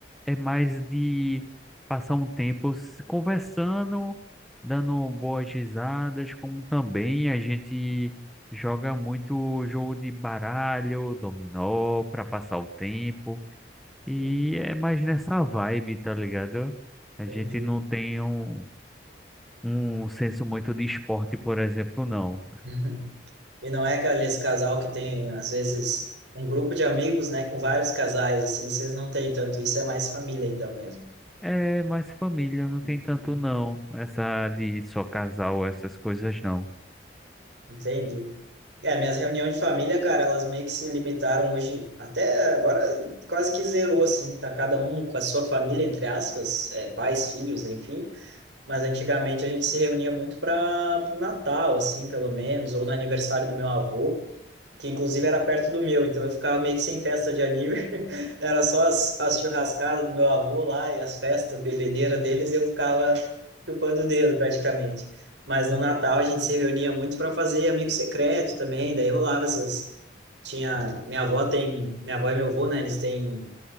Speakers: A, in the centre; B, on the right (about 80°).
A: é mais de passar um tempo se conversando, dando boas risadas, como também a gente joga muito jogo de baralho, dominó, para passar o tempo. E
B: Hum,
A: é mais nessa vibe, tá ligado? A
B: Entendi.
A: gente não tem um, um senso muito de esporte, por exemplo, não.
B: <laughs> E não é aqueles casal que tem, às vezes, um grupo de amigos, né, com vários casais, assim, vocês não têm tanto, isso é mais família, então, mesmo.
A: É mais família, não
B: Uhum.
A: tem tanto não. Essa de só casal, essas coisas não.
B: Entendi. É, minhas reuniões de família, cara, elas meio que se limitaram hoje, até agora quase que zerou, assim, tá cada um com a sua família, entre aspas, é, pais, filhos, enfim, mas antigamente a gente se reunia muito para o Natal, assim, pelo menos, ou no aniversário do meu avô, que inclusive era perto do meu, então eu ficava meio que sem festa de aniversário. <laughs> Era só as, as churrascadas do meu avô lá e as festas, bebedeira deles, eu ficava chupando o dedo praticamente. Mas no Natal a gente se reunia muito para fazer amigo secreto também, daí rolava essas. Tinha. Minha avó tem. Minha avó e meu avô, né? Eles têm